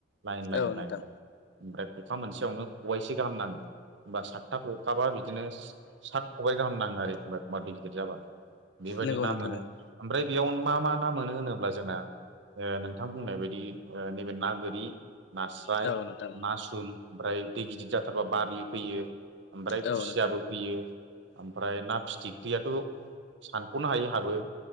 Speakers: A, on the right; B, on the left.
A: लाइन लाइन
B: औ नोंथां
A: लाइन लाइन ओमफ्राय खखा मोनसेयावनो खबाइसे गाहाम नांहो, होमबा सातथा खखाबा बिदिनो सात खबायाइ गाहाम नाङो आरो एखमबा एखमबा दै गिदिर जाबा बेबायदि
B: नंगौ
A: ना
B: नोंथां
A: मोनो
B: नंगौ
A: ओमफ्राय बेयाव मा मा ना मोनो होनोब्ला जोंना ओ नों नोंथां बुंनाय बायदि ओ नैबे ना गोरि नास्राय
B: औ नोंथां
A: ना सुल ओमफ्राय दै गिदिर जाथारबा बारलि फैयो ओमफ्राय
B: औ
A: खुसियाबो
B: नोंथां
A: फैयो। ओमफ्राय ना फिथिख्रियाथ' सानख'नो हायो हाबो।